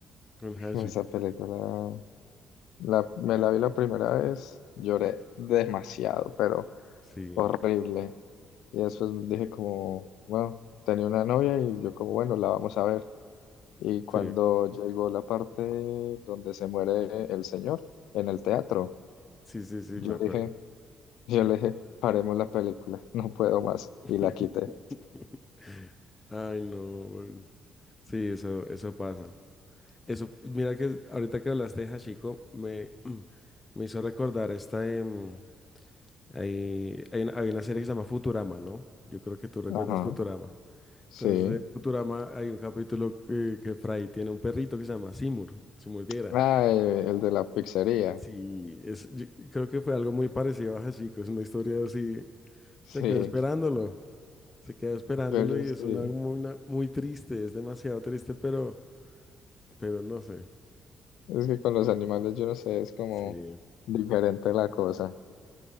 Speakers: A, on the left; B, on the left.
A: Con Hashi.
B: <clears throat> Esa película, la, me la vi la primera vez, lloré demasiado, pero
A: Sí,
B: horrible. Y después dije como, bueno, tenía una novia y yo como, bueno, la vamos a ver. Y cuando
A: sí,
B: llegó la parte donde se muere el señor en el teatro,
A: sí, sí, sí,
B: yo
A: me acuerdo.
B: dije, <laughs> yo le dije, paremos la película, no puedo más.
A: <laughs>
B: Y la quité.
A: Ay, no. bueno. Sí, eso, eso pasa. Eso, mira que ahorita que hablaste de Hachiko, me, <clears throat> me hizo recordar esta. em, hay, hay una, hay una serie que se llama Futurama, ¿no? Yo creo que tú recuerdas
B: Ajá,
A: Futurama.
B: sí.
A: Entonces, de Futurama hay un capítulo que, que Fry tiene un perrito que se llama Seymour, Seymour Yera.
B: Ah, eh, el de la pizzería.
A: Sí,
B: <laughs>
A: es, yo creo que fue algo muy parecido a Hachiko, es una historia así,
B: Sí,
A: se quedó esperándolo, se quedó esperándolo
B: pero
A: y
B: sí.
A: es una muy, una- muy triste, es demasiado triste, pero, pero no sé,
B: Es que con los animales, yo no sé, es como
A: sí,
B: diferente la cosa.